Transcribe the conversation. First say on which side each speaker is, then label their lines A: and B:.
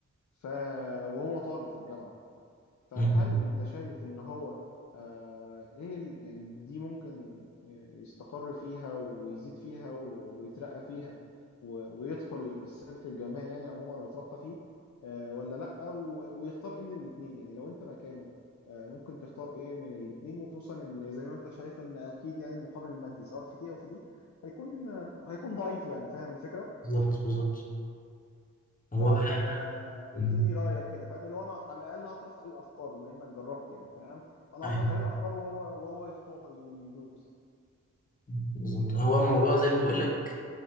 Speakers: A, on the left; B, on the left.
A: ف وهو طالب في الجامعه فهل
B: أمم،
A: انت شايف ان هو آه ايه ال- يعني دي ممكن يستقر فيها ويزيد فيها و- ويترقى فيها و- ويدخل السلك الجامعي يعني عموما ويترقى فيه آه ولا لأ و- ويختار ايه من الاتنين يعني لو انت مكانه آه ممكن تختار ايه من الاتنين وخصوصا ان زي ما انت شايف ان اكيد يعني المقابل المادي سواء في دي او في دي هيكون آه، هيكون ضعيف يعني فاهم الفكرة
B: بالظبط بالظبط هو
A: فاديني
B: بقى هنا أمم،
A: رايك كده فاهم اللي هو انا على الاقل هطرح عليه الافكار بما انك جربت يعني فاهم فانا
B: أيوه
A: هطرح عليه الافكار وهو وهو يختار يعني ويدوس
B: بالظبط هو الموضوع زي ما بقول لك